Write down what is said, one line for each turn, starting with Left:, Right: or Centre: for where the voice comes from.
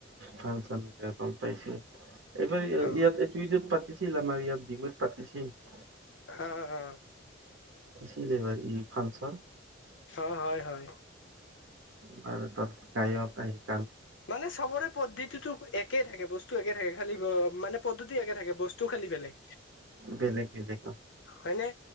Right: ফাংচন <unintelligible> গম পাইছো। এইবাৰ
Left: অ
Right: ইয়াত এইটো ঈদত পাতিছিল আমাৰ ইয়াত ডত <unintelligible>
Left: আহ আহ।
Right: কি লাগবাৰ ই ফাংচন।
Left: অ হয় হয়।
Right: ব আৰু তাত খাইব প
Left: মানে চবৰে পদ্ধতিতো একেই থাকে বস্তু ত একে থাক খালি মানে পদ্ধতি একে থাকে বস্তু খালি বেলেগ।
Right: বেলেগ বেলেগ
Left: হয়নে